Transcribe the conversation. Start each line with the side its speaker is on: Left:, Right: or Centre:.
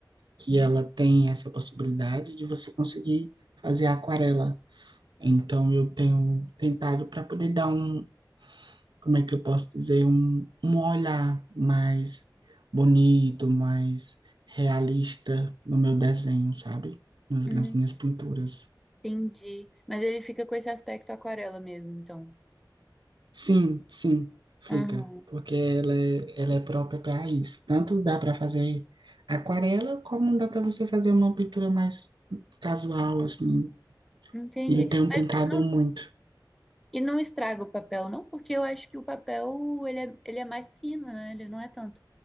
Right: que ela tem essa possibilidade de você conseguir fazer aquarela. Então eu tenho tentado para poder dar um, como é que eu posso dizer, um, um olhar mais bonito, mais realista no meu desenho, sabe? Nas,
Centre: Hum,
Right: nas minhas pinturas.
Centre: entendi. Mas ele fica com esse aspecto aquarela mesmo, então.
Right: Sim, sim, fica,
Centre: Aham,
Right: porque ela é, ela é própria para isso. Tanto dá para fazer aquarela, como dá para você fazer uma pintura mais casual, assim.
Centre: entendi.
Right: E eu tenho
Centre: Mas
Right: tentado
Centre: não.
Right: muito.
Centre: E não estraga o papel, não, porque eu acho que o papel ele é, ele é mais fino, né? Ele não é tanto